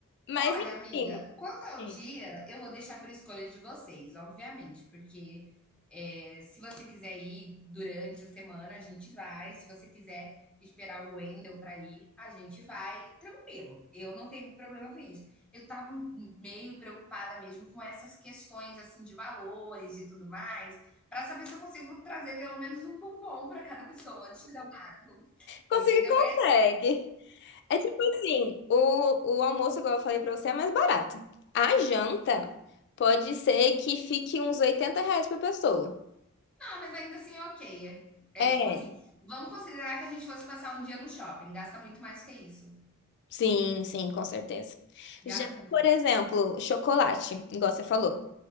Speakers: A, on the left; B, in the centre.
A: Mas
B: Olha, amiga,
A: enfim.
B: quanto ao
A: hum,
B: dia, eu vou deixar por escolha de vocês, obviamente, porque é, se você quiser ir durante a semana, a gente vai. Se você quiser esperar o Wendel para ir, a gente vai. Tranquilo, eu não tenho problema com isso. Eu estava meio preocupada mesmo com essas questões assim de valores e tudo mais, para saber se eu consigo trazer pelo menos um bombom para cada pessoa de gramado,
A: Consegui,
B: entendeu?
A: consegue. É tipo assim, o, o almoço, igual eu falei pra você, é mais barato. A janta pode ser que fique uns 80 reais por pessoa.
B: Ah, mas ainda assim é ok. É
A: É,
B: tipo assim, vamos considerar que a gente fosse passar um dia no shopping. Gasta muito mais que isso.
A: sim, sim, com certeza.
B: Gasta
A: Já,
B: muito
A: por
B: mais.
A: exemplo, chocolate, igual você falou.